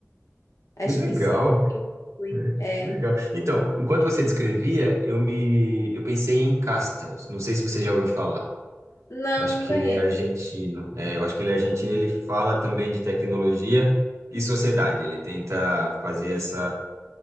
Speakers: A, on the left; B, on the right.
A: Acho
B: Que legal!
A: que sim. Fui.
B: É,
A: É.
B: que legal. Então, enquanto você descrevia, eu me eu pensei em Castells. Não sei se você já ouviu falar.
A: Não,
B: Eu acho
A: não
B: que
A: conheço.
B: ele é argentino. É, eu acho que ele é argentino. Ele fala também de tecnologia e sociedade. Ele tenta fazer essa